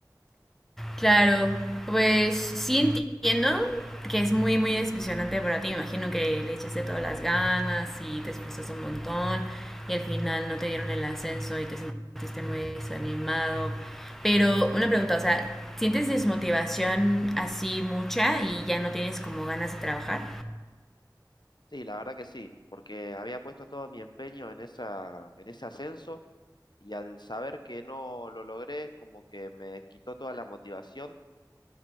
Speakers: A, in the centre; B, on the left.
A: Claro, pues sí entiendo que es muy, muy decepcionante para ti. Me imagino que le echaste todas las ganas y te esforzaste un montón y al final no te dieron el ascenso y te sentiste muy desanimado. Pero una pregunta, o sea, ¿sientes desmotivación así mucha y ya no tienes como ganas de trabajar?
B: Sí, la verdad que sí, porque había puesto todo mi empeño en esa, en ese ascenso y al saber que no lo logré, como que me quitó toda la motivación